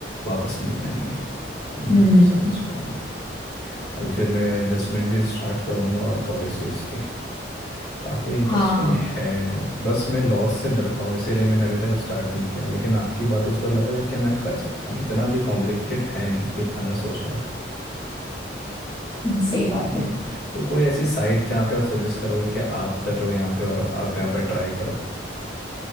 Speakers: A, on the left; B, on the left.
A: वापस मिल जाएंगे हम्म
B: हम्म
A: समझ गया मैं अभी फिर मैं इन्वेस्टमेंट भी स्टार्ट करूंगा और पॉलिसीज भी काफ़ी इंटरेस्टिंग
B: हाँ
A: है बस मैं लॉस से डरता हूँ इसीलिए मैंने अभी तक स्टार्ट नहीं किया लेकिन आपकी बातों से तो लग रहा है कि मैं कर सकता हूँ इतना भी कॉम्प्लिकेटेड है नहीं जितना मैं सोच रहा था
B: सही बात
A: हम्म,
B: है
A: तो कोई ऐसी साइट जहाँ पे आप सजेस्ट करोगे कि आप कर रहे हो यहाँ पे और आप यहाँ पे ट्राई करो